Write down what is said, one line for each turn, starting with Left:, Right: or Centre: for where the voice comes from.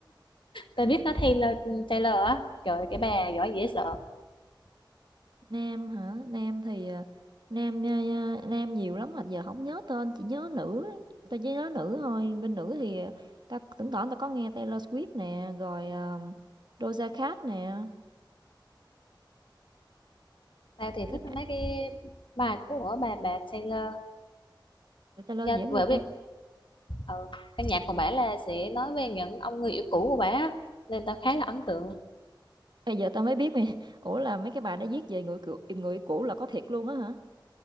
Left: tao biết nó Taylor Taylor á trời ơi, cái bà giỏi dễ sợ
Right: nam hả nam thì ờ, nam ờ, nam nhiều lắm mà giờ không nhớ tên chỉ nhớ nữ tao chỉ nhớ nữ thôi bên nữ thì ta tao thỉnh thoảng tao có nghe Taylor Swift nè rồi ờ, Doja Cat nè
Left: tao thì thích
Right: nghe
Left: mấy cái bài của bà bà Taylor
Right: người ta lo
Left: Dạ,
Right: dễ nghe
Left: bởi vì ừ, căn nhà của bả là sẽ nói về những ông người yêu cũ của bả nên tao khá là ấn tượng.
Right: bây giờ tao mới biết nè <laughs> ủa là mấy cái bài đó viết về người cũ người cũ là có thiệt luôn á hả